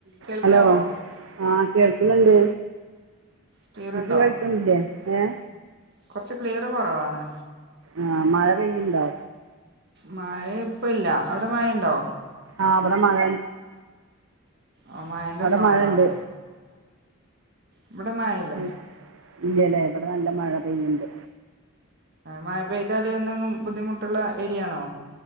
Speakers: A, on the right; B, on the right.
A: കേൾക്കാവോ
B: ഹലോ ആഹ കേൾക്കുന്നുണ്ട്
A: ക്ലിയറുണ്ടോ
B: ഇങ്ങൾക്ക് കേൾക്കുന്നില്ലെ ഏ
A: കുറച്ച് ക്ലിയർ കുറവാണ്
B: ആഹ മഴ പെയ്യ്ണ്ടോ
A: മഴ ഇപ്പ ഇല്ല അവിടെ മഴയുണ്ടോ
B: ആഹ ഇവിടെ മഴ
A: ആ മഴേൻ്റെ
B: അവിടെ
A: സൗണ്ടാണ്
B: മഴ ഉണ്ട്
A: ഇവിടെ മഴ ഇല്ല
B: ഉം. ഇല്ലല്ലേ ഇവിടെ നല്ല മഴ പെയ്യ്ണ്ട്
A: മഴ പെയ്താൽ എന്തെങ്കിലും ബുദ്ധിമുട്ടുള്ള ഏരിയയാണോ